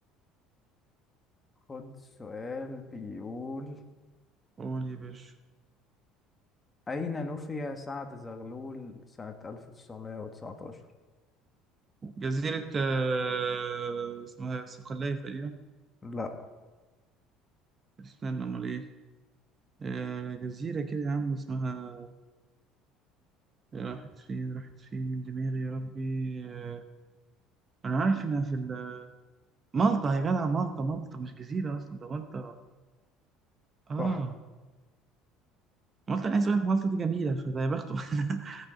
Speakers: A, on the left; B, on the right.
A: خد سؤال بيقول
B: قول يا باشا
A: أين نفي سعد زغلول سنة 1919
B: جزيرة آه، اسمها صقلية تقريبا
A: لا
B: استنى أمال إيه آه، جزيرة كده يا عم اسمها راحت فين راحت فين من دماغي يا ربي آه، أنا عارف إنها في ال- مالطا يا جدع مالطا مالطا مش جزيرة أصلا ده مالطا اه
A: صح
B: مالطا انا عايز اقول لك مالطا دي جميله فده يا بخته <laughs>